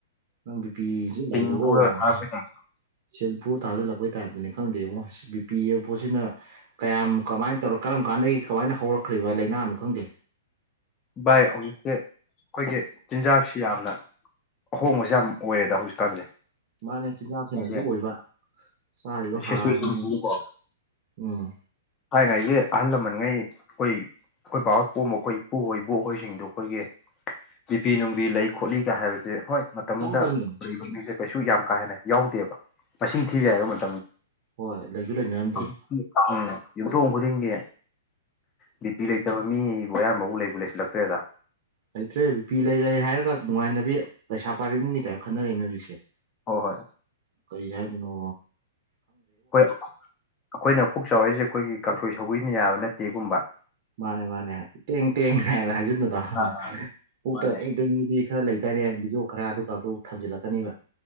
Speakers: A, on the right (about 50°); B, on the left (about 20°).
A: ꯅꯪ ꯕꯤꯄꯤꯁꯨ ꯂꯩꯕ
B: ꯄꯤꯟ ꯄꯨꯔꯒ
A: <unintelligible>
B: ꯊꯥꯔꯛꯄꯩ ꯇꯥꯏꯞ
A: ꯁꯦꯜꯐꯨ ꯊꯥꯖꯤꯜꯂꯛꯄꯩ ꯇꯥꯏꯞꯇꯅꯤ ꯈꯪꯗꯦ ꯏꯕꯣ ꯕꯤ ꯄꯤ ꯍꯥꯏꯕ ꯄꯣꯠꯁꯤꯅ ꯀꯌꯥꯝ ꯀꯃꯥꯏꯅ ꯇꯧꯔ ꯀꯔꯝ ꯀꯥꯟꯗꯒꯤ ꯀꯃꯥꯏꯅ ꯍꯧꯔꯛꯈ꯭ꯔꯤꯕ ꯂꯩꯅꯥꯅꯣ ꯈꯪꯗꯦ
B: ꯚꯥꯏ ꯍꯧꯖꯤꯛꯇꯤ ꯑꯩꯈꯣꯏꯒꯤ ꯆꯤꯟꯖꯥꯛꯁꯤ ꯌꯥꯝꯅ ꯑꯍꯣꯡꯕꯁꯦ ꯌꯥꯝ ꯑꯣꯏꯔꯦꯗ ꯍꯧꯖꯤꯛꯀꯥꯟꯁꯦ
A: ꯃꯥꯅꯦ ꯆꯤꯟꯖꯥꯛꯁꯤꯅꯁꯨ
B: ꯍꯥꯏꯗꯤ
A: ꯑꯣꯏꯕ ꯆꯥꯔꯤꯕ
B: ꯁꯤꯆꯨꯋꯦꯁꯟꯁꯤꯗꯤꯀꯣ
A: ꯍꯥꯔꯅꯨꯡ ꯎꯝ
B: ꯊꯥꯏꯉꯩꯁꯦ ꯑꯍꯜ ꯂꯃꯟꯉꯩ ꯑꯩꯈꯣꯏ ꯑꯩꯈꯣꯏ ꯕꯥ ꯄꯣꯝꯑꯝꯕ ꯑꯩꯈꯣꯏ ꯄꯨꯍꯣꯏ ꯕꯣꯛꯍꯣꯏ ꯁꯤꯡꯗꯣ ꯑꯩꯈꯣꯏꯒꯤ ꯖꯤꯄꯤ ꯅꯨꯡꯕꯤ ꯂꯩ ꯈꯣꯠꯂꯤꯒ ꯍꯥꯏꯕꯁꯦ ꯍꯣꯏ ꯃꯥ- ꯇꯝꯗ
A: ꯆꯥꯗꯕꯅꯤ
B: ꯂꯩꯕ ꯃꯤꯁꯦ ꯀꯩꯁꯨ ꯌꯥꯝ ꯀꯥ ꯍꯦꯟꯅ ꯌꯥꯎꯗꯦꯕ ꯃꯁꯤꯡ ꯊꯤꯕ ꯌꯥꯏ ꯃꯇꯝ <inaudible>
A: ꯍꯣꯏ ꯂꯩꯁꯨ ꯂꯩꯅꯔꯝꯗꯦ
B: ꯎꯝ ꯌꯨꯝꯊꯣꯡ ꯈꯨꯗꯤꯡꯒꯤ ꯕꯤꯄꯤ ꯂꯩꯇꯕ ꯃꯤꯕꯨ ꯑꯌꯥꯝꯕ ꯕꯨ ꯂꯩꯕꯨ ꯂꯩꯁꯤꯜꯂꯛꯇ꯭ꯔꯦꯗ
A: ꯂꯩꯇ꯭ꯔꯦ ꯕꯤꯄꯤ ꯂꯩ ꯂꯩ ꯍꯥꯏꯔꯒ ꯅꯨꯡꯉꯥꯏꯅꯕꯤ ꯄꯩꯁꯥ ꯄꯥꯏꯕꯤꯃꯤꯒꯤ ꯇꯥꯏꯞ ꯈꯟꯅꯔꯦꯅꯦ ꯍꯧꯖꯤꯛꯁꯦ
B: ꯍꯣ ꯍꯣꯏ
A: ꯀꯔꯤ ꯍꯥꯏꯗꯨꯏꯅꯣ
B: ꯑꯩꯈꯣꯏ ꯑꯩꯈꯣꯏꯅ ꯄꯨꯛ ꯆꯥꯎꯔꯛꯏꯁꯦ ꯑꯩꯈꯣꯏꯒꯤ ꯀꯥꯡꯈꯣꯏ ꯁꯧꯒ꯭ꯔꯤꯅ ꯌꯥꯕ ꯅꯠꯇꯦꯒꯨꯝꯕ
A: ꯃꯥꯅꯦ ꯃꯥꯅꯦ ꯇꯦꯡ ꯇꯦꯡ ꯍꯥꯏꯅ ꯍꯥꯏꯖꯤꯟꯕꯗꯣ
B: ꯑꯥ ꯑꯥ
A: ꯄꯨꯛꯇꯒ
B: ꯃꯥꯅꯦ
A: ꯇꯦꯡ <unintelligible> ꯈꯔ ꯂꯩꯗꯥꯏꯅꯦ ꯚꯗꯤꯑꯣ ꯈꯔ ꯑꯗꯨꯀꯥꯛꯇꯣ ꯊꯝꯖꯤꯜꯂꯛꯀꯅꯤꯕ